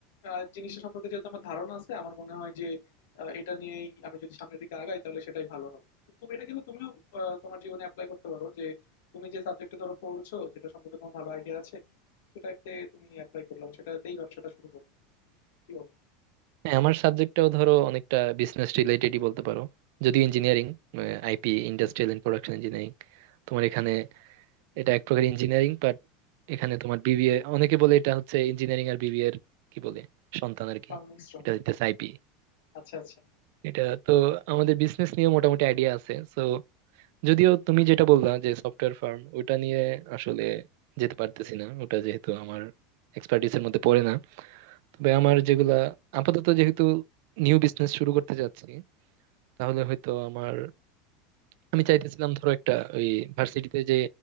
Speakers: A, on the left; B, on the right.
A: আহ, জিনিসটা সম্পর্কে যেহেতু আমার ধারণা আছে আমার মনে হয় যে আহ, এটা নিয়েই আমি যদি সামনের দিকে আগাই তাহলে সেটাই ভালো হবে তো তুমি এটা কিন্তু তুমিও আহ, তোমার জীবনে অ্যাপ্লাই করতে পারো যে তুমি যে সাবজেক্টে ধরো পড়ছো যেটা সম্পর্কে তোমার ভালো আইডিয়া আছে সেটাতে তুমি অ্যাপ্লাই করলাম সেটাতেই ব্যবসাটা শুরু করলাম কি বলো
B: হ্যাঁ আমার সাবজেক্টটাও ধরো অনেকটা বিজনেস রিলেটেডই বলতে পারো যদিও engineering IP industrial and production engineering তোমার এখানে এটা এক প্রকার ইঞ্জিনিয়ারিং বাট এখানে তোমার বিবিএ অনেকে বলে এটা হচ্ছে ইঞ্জিনিয়ারিং আর বিবিএ এর কি বলে সন্তান আর কি
A: সংমিশ্রণ
B: এটা হচ্ছে আইপি
A: আচ্ছা আচ্ছা
B: এটা তো আমাদের বিজনেস নিয়ে মোটামুটি আইডিয়া আছে সো যদিও তুমি যেটা বললা যে সফটওয়্যার ফার্ম ওটা নিয়ে আসলে যেতে পারতেছি না ওটা যেহেতু আমার এক্সপার্টিস এর মধ্যে পড়ে না তবে আমার যেগুলা আপাতত যেহেতু নিউ বিজনেস শুরু করতে যাচ্ছি তাহলে হয়তো আমার আমি চাইতেছিলাম ধরো একটা ওই ভার্সিটিতে যে